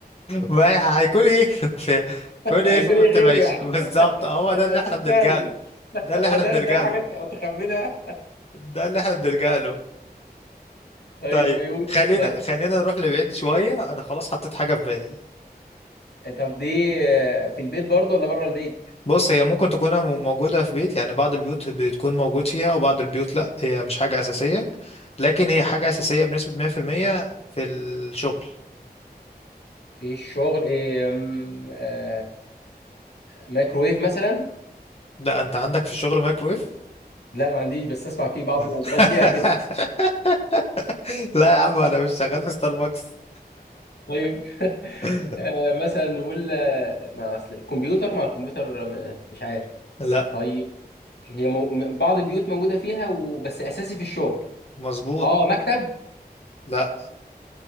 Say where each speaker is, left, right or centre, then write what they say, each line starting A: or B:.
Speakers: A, on the left; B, on the left.
A: ما هيكون إيه <laughs> في هيكون
B: هيكون
A: إيه في أوضة
B: ايه غيره
A: المعيشة
B: يعني
A: بالظبط
B: <laughs>
A: هو ده
B: انت
A: اللي
B: هتستعمل
A: إحنا بنلجأ له
B: <laughs>
A: ده
B: هو
A: اللي إحنا
B: ده
A: بنلجأ
B: ده حاجه
A: له
B: تخمنها
A: ده اللي إحنا بنلجأ له
B: طيب
A: طيب
B: يقول
A: خلينا
B: طيب
A: خلينا نروح لبعيد شوية أنا خلاص حطيت حاجة في بالي
B: طب دي آه، في البيت برضه ولا بره البيت
A: بص هي ممكن تكون م- موجودة في بيت يعني بعض البيوت بتكون موجود فيها وبعض البيوت لأ هي مش حاجة أساسية لكن هي حاجة أساسية بنسبة 100% في المية في الشغل
B: في الشغل إيه، أم، آه، مايكرويف مثلا
A: لا أنت عندك في الشغل مايكرويف
B: لا ما عنديش بس اسمع فيه بعض
A: <laughs>
B: الاشغال فيها
A: لا يا عم أنا مش شغال في ستاربكس
B: طيب <laughs>
A: <laughs>
B: آه، مثلا نقول آه، مع اصل كمبيوتر مع الكمبيوتر م- مش عارف
A: لا
B: طيب هي مو... م- بعض البيوت موجوده فيها وبس اساسي في الشغل
A: مظبوط
B: اه مكتب
A: لا